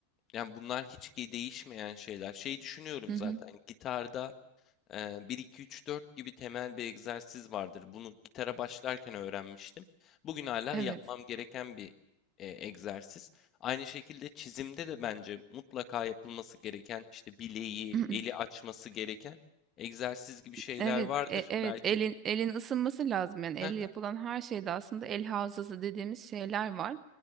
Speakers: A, on the left; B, on the right.
A: Yani bunlar hiç ki değişmeyen şeyler. Şey düşünüyorum
B: Hı hı,
A: zaten gitarda bir 2 3 4 gibi temel bir egzersiz vardır. Bunu gitara başlarken öğrenmiştim. Bugün hala
B: evet.
A: yapmam gereken bir e, egzersiz. Aynı şekilde çizimde de bence mutlaka yapılması gereken, işte bileği,
B: <clears throat>
A: eli açması gereken egzersiz gibi şeyler
B: Evet,
A: vardır.
B: e- evet
A: Belki
B: elin elin ısınması lazım yani elle
A: <laughs>
B: yapılan her şeyde aslında el hafızası dediğimiz şeyler var.